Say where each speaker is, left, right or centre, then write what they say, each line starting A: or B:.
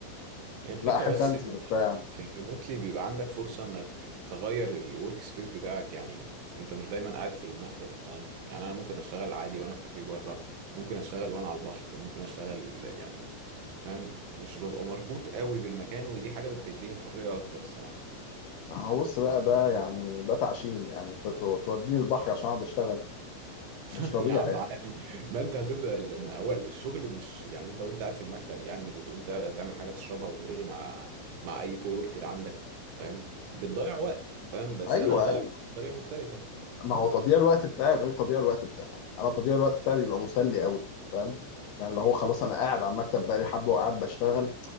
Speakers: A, on the right; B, on the left.
A: هي الفكرة
B: لا أحب
A: بس
B: أنزل
A: إن
B: بتاع
A: يعني في الريموتلي بيبقى عندك فرصة انك تغير الورك سبيس بتاعك يعني انت مش دايما قاعد في المكتب فاهم يعني انا ممكن اشتغل عادي وانا في كافيه بره ممكن اشتغل وانا على البحر ممكن اشتغل يعني فاهم مش ببقى مربوط قوي بالمكان ودي حاجة بتديني حرية اكتر الصراحة
B: هبص بقى ده يعني ده تعشيم يعني أنت تو- توديني البحر عشان أقعد أشتغل مش
A: <laughs>
B: طبيعي
A: يا عم
B: يعني
A: عادي ما انت هتبدا ال- ما هو الشغل مش يعني انت وانت قاعد في المكتب يعني مش بتقوم تا- تعمل حاجه تشربها وترغي مع مع اي كوركر عندك فاهم بتضيع وقت فاهم بس
B: أيوه
A: انا هضيع
B: أيوه
A: وقت بطريقه مختلفه
B: ما هو تضييع الوقت بتاعي غير تضييع الوقت بتاعك انا تضييع الوقت بتاعي بيبقى مسلي قوي فاهم يعني اللي هو خلاص انا قاعد على المكتب بقالي حبه وقاعد بشتغل